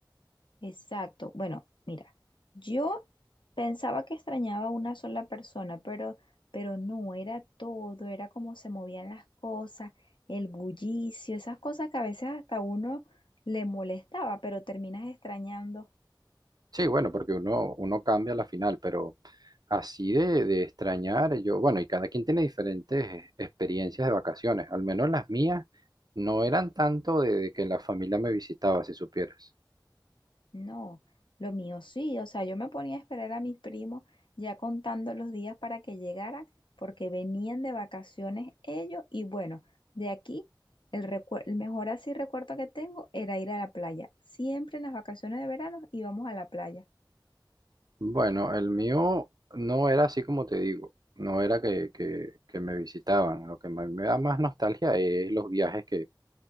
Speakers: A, on the left (about 80°); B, on the right (about 55°).
A: Exacto. Bueno, mira, yo pensaba que extrañaba a una sola persona, pero, pero no, era todo, era cómo se movían las cosas, el bullicio, esas cosas que a veces hasta uno le molestaba, pero terminas extrañando.
B: Sí, bueno, porque uno, uno cambia la final, pero así de, de extrañar, yo, bueno, y cada quien tiene diferentes experiencias de vacaciones, al menos las mías no eran tanto de, de que la familia me visitaba, si supieras.
A: No, lo mío sí, o sea, yo me ponía a esperar a mis primos ya contando los días para que llegaran, porque venían de vacaciones ellos y bueno, de aquí el, recue- el mejor así recuerdo que tengo era ir a la playa. Siempre en las vacaciones de verano íbamos a la playa.
B: Bueno, el mío no era así como te digo, no era que, que- que me visitaban, lo que me, me da más nostalgia es los viajes que,